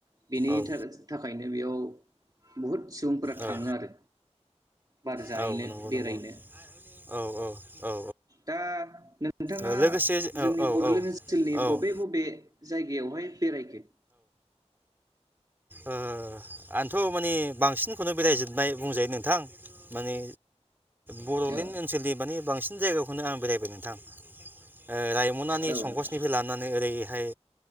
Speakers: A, on the right; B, on the right.
A: बेनि
B: औ
A: थाखाय जो थाखायनो बेयाव बहुत सुबुंफोरा
B: औ
A: थाङो आरो बार जाहैनो
B: औ नंगौ
A: बेरायनो
B: नंगौ औ औ
A: दा नोंथाङा
B: औ लोगोसे औ
A: जोंनि
B: औ
A: बड'लेण्ड ओनसोलनि
B: औ
A: बबे बबे जायगायावहाय बेरायखो
B: ओ आन्थ' माने बांसिनखौनो बेरायजोबबाय बुंजायो नोंथां माने बड'लेण्ड
A: औ
B: ओनसोलनि माने बांसिन सिन जायगाखौनो आं बेरायबाय नोंथां ओ रायमनानि
A: औ
B: संकसनिफ्राय
A: नोंथां
B: लानानै ओरै नाथाय